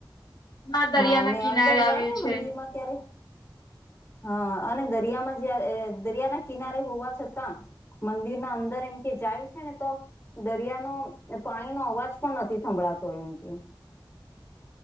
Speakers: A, on the left (about 60°); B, on the left (about 30°).
A: માં દરિયાના
B: હા ને
A: કિનારે
B: અંદર
A: આવ્યું
B: જાય ને
A: છે.
B: મંદિર માં ત્યારે... હા અને દરિયામાં જ્યારે દરિયા ના કિનારે હોવા છતાં... મંદિરના અંદર એમ કે જાય છે ને તો... દરિયાનો પાણીનો અવાજ પણ નથી સંભળાતો એમ કે.